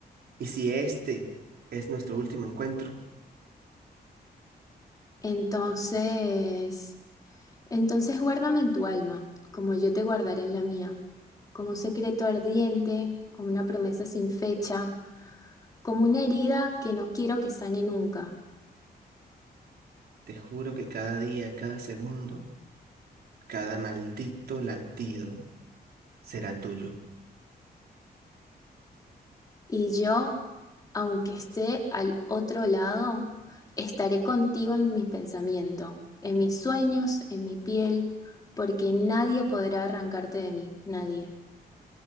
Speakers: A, on the right; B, on the left.
A: Y si este es nuestro último encuentro,
B: Entonces, entonces guárdame en tu alma, como yo te guardaré en la mía, como un secreto ardiente, como una promesa sin fecha como una herida que no quiero que sane nunca.
A: te juro que cada día, cada segundo, cada maldito latido será tuyo.
B: Y yo, aunque esté al otro lado, estaré contigo en mi pensamiento, en mis sueños, en mi piel, porque nadie podrá arrancarte de mí, nadie.